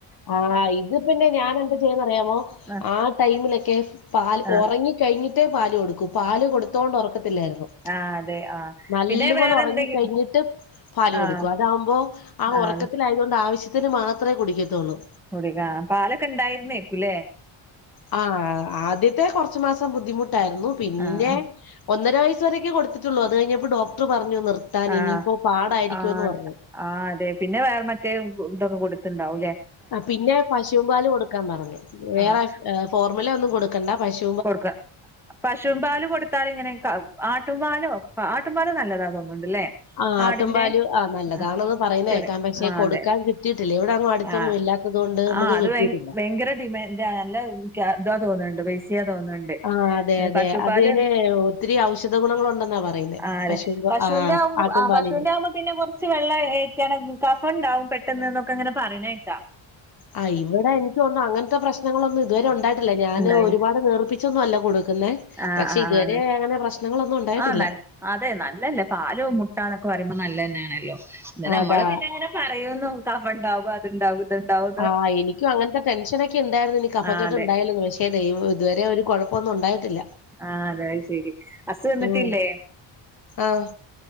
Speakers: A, on the left; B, in the centre.
A: ആഹ് ഇത് പിന്നെ ഞാൻ എന്താ ചെയ്യന്നറിയാമോ
B: ആഹ്
A: ആ ടൈമിലൊക്കെ പാൽ
B: ആഹ്
A: ഉറങ്ങി കഴിഞ്ഞിട്ടേ പാല് കൊടുക്കൂ. പാല് കൊടുത്തോണ്ട് ഉറക്കത്തില്ലായിരുന്നു.
B: ആഹ് അതെ ആഹ്
A: നല്ലപോലെ
B: പിന്നെ വേറെ
A: ഉറങ്ങി
B: എന്തെങ്കി
A: കഴിഞ്ഞിട്ട് പാല്
B: ആഹ്
A: കൊടുക്കും. അതാവുമ്പോ ആ
B: ആഹ്
A: ഉറക്കത്തില്
B: അതെ
A: അതു കൊണ്ട് ആവശ്യത്തിന് മാത്രമേ കുടിക്കത്തുള്ളൂ.
B: കുടിക്കാ. പാലൊക്കെ ഉണ്ടായിരുന്നേക്കൂല്ലേ?
A: ആഹ് ആദ്യത്തെ കുറച്ചു മാസം ബുദ്ധിമുട്ടായിരുന്നു. പിന്നെ
B: ആഹ്
A: ഒന്നര വയസ് വരൊക്കെ കൊടുത്തിട്ടുള്ളൂ. അത് കഴിഞ്ഞപ്പോ ഡോക്ടർ പറഞ്ഞു നിർത്താൻ.
B: ആഹ്
A: ഇനിയിപ്പോ പാടായിരിക്കൂന്ന്
B: ആഹ് അതെ
A: പറഞ്ഞു
B: ആഹ് അതെ പിന്നെ വേറെ മറ്റേ ഇതൊക്കെ കൊടുത്തണ്ടാവുംല്ലേ
A: ആഹ് പിന്നെ പശു പാൽ കൊടുക്കാൻ പറഞ്ഞു വേറെ
B: ആഹ്
A: ഫോർമുല ഒന്നും കൊടുക്കണ്ട പശു
B: കൊടുക്ക പശു പാല് കൊടുത്താൽ ഇങ്ങനെക്ക ആട്ടും പാലോ ആട്ടുംപാലും നല്ലതാ തോന്നുന്നുണ്ടല്ലേ
A: ആഹ് ആട്ടും
B: ആടിന്റെ
A: പാല് ആഹ് നല്ലതാണന്ന്
B: ആ
A: പറയുന്നേക്കാൻ
B: ചെറിയ
A: പക്ഷെ
B: ആഹ്
A: കൊടുക്കാൻ
B: അതെ
A: കിട്ടിയിട്ടില്ലേ ഇവിടെ അടുത്തൊങ്ങും
B: ആഹ്
A: ഇല്ലാത്തത് കൊണ്ട് മ്മക്ക്
B: ആഹ് അത്
A: കിട്ടിയട്ടല്ല
B: ഭയ ഭയങ്കര ഡിമാൻഡ് നല്ല അതാ തോന്നുന്നുണ്ട് പെയ്സിയ തോന്നുന്നുണ്ട്
A: ആഹ് അതെ അതെ
B: പശുപാല്
A: അതിന് ഒത്തിരി ഔഷധ ഗുണങ്ങള ഉണ്ടെന്നാ പറയുന്നെ
B: ആഹ് അതെ
A: പശുപാൽ
B: പശുവിന്റെ
A: ആഹ്
B: ആവുമ്പോ
A: ആട്ടും
B: ആ
A: പാല്.
B: പശുവിന്റെ ആവുമ്പോ പിന്നെ കുറച്ച് വെള്ളം ഒഴിക്കണം. കഫം ഇണ്ടാവും പെട്ടെന്ന് എന്നൊക്കെ അങ്ങനെ പറയുന്ന കേൾക്കാം
A: ആഹ്. ഇവിടെ എനക്ക് തോന്നുന്നേ അങ്ങനത്തെ പ്രശ്നങ്ങളൊന്നും ഇതുവരെ ഉണ്ടായിട്ടില്ല ഞാന്
B: ഉണ്ടായി
A: ഒരുപാട് നേർപ്പിച്ച ഒന്നും അല്ല കൊടുക്കുന്നേ
B: ആഹ്
A: പക്ഷെ
B: ആഹ്
A: ഇതുവരെ അങ്ങനെ പ്രശ്നങ്ങളൊന്നും ഉണ്ടായിട്ടില്ല
B: ആഹ് നൽ അതെ നല്ലല്ലേ പാലും മുട്ടന്നൊക്കെ പറയുമ്പോ നല്ലതന്നെയാണല്ലോ പിന്ന നമ്മള്
A: അതാ
B: പിന്ന അങ്ങനെ പറയുന്നു കഫണ്ടാവ അത് ഇണ്ടാവും ഇത് ഉണ്ടാവും
A: ആഹ് എനിക്ക് അങ്ങനത്തെ ടെൻഷനൊക്കെ ഉണ്ടായിരുന്നു ഇനി കഫകെട്ട്
B: ആഹ് അതെ
A: ഉണ്ടായില്ലന്ന് വെച്ച് തെ ഇതുവരെ ഒരു കുഴപ്പന്നും ഉണ്ടായിട്ടില്ല
B: ആഹ് അതെ അത് ശെരി അസു വന്നിട്ടില്ലേ
A: ഉം ആഹ്